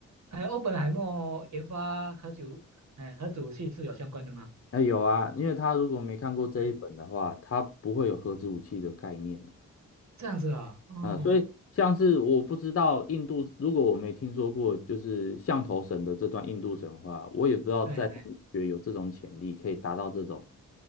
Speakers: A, on the right; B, on the left.
A: 哎，欧本海默研发核主，哎，核武器是有相关的吗？
B: 那有啊，因为他如果没看过这一本的话，
A: 嗯，
B: 他不会有核子武器的概念，
A: 这样子啊、嗯，
B: 啊，所以像是我不知道印度，
A: 哦，
B: 如果我没听说过，就是象头神的这段印度神话，我也不知道在医学有这种潜力，
A: 对，哎，
B: 可以达到这种